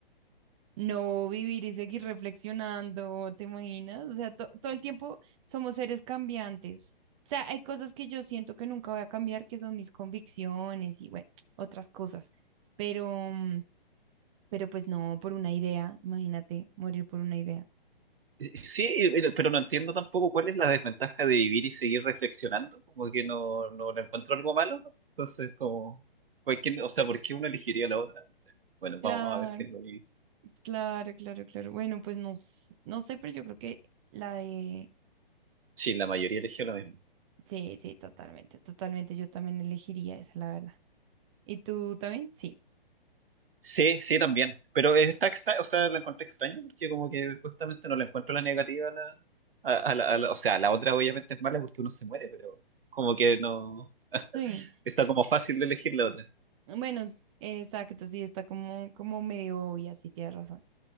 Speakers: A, on the right; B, on the right.
A: no vivir y seguir reflexionando, ¿te imaginas? O sea, to- todo el tiempo somos seres cambiantes. O sea, hay cosas que yo siento que nunca voy a cambiar, que son mis convicciones y bueno, otras cosas. Pero, mm, pero pues no, por una idea, imagínate, morir por una idea.
B: Sí, pero pero no entiendo tampoco cuál es la desventaja de vivir y seguir reflexionando. Como que no, no le encuentro algo malo. ¿no? Entonces, como, cualquier, o sea, ¿por qué uno elegiría la otra? No sé. Bueno,
A: Claro,
B: vamos a ver qué es lo que
A: claro, claro, claro. Bueno, pues no, s- no sé, pero yo creo que la de
B: Sí, la mayoría eligió lo mismo.
A: Sí, sí, totalmente, totalmente. Yo también elegiría esa, la verdad. ¿Y tú también? Sí.
B: Sí, sí, también. Pero está extra- o sea, la encontré extraña porque como que justamente no le encuentro la negativa a la, a, a la, a la- o sea, la otra obviamente es mala porque uno se muere, pero como que no,
A: Sí.
B: está como fácil de elegir la otra.
A: Bueno, exacto, sí, está como, como medio obvia, sí, tienes razón.